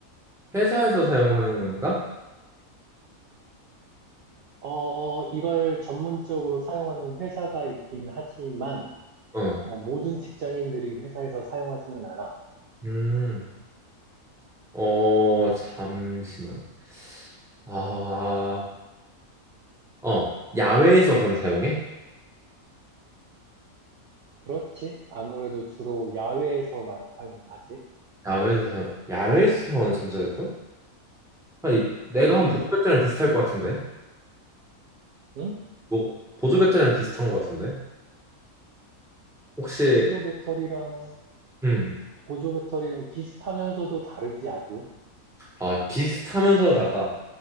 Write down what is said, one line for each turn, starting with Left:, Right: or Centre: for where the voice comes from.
Centre: 회사에서 사용하는 건가?
Right: 어, 이걸 전문적으로 사용하는 회사가 있긴 하지만,
Centre: 어.
Right: 어, 모든 직장인들이 회사에서 사용하지는 않아.
Centre: 음. 어, 잠시만. 아, 어. 야외에서 그럼 사용해?
Right: 그렇지? 아무래도 주로 야외에서 많이 사용을 하지.
Centre: 야외에서 사용, 야외에서 사용하는 전자제품? 아니, 내가 한
Right: 음,
Centre: 보조 배터리랑 비슷할 것 같은데.
Right: 응?
Centre: 뭐, 보조 배터리랑 비슷한 것 같은데. 혹시,
Right: 보조 배터리랑,
Centre: 음,
Right: 보조 배터리랑 비슷하면서도 다르지, 아주.
Centre: 아, 비슷하면서 다르다.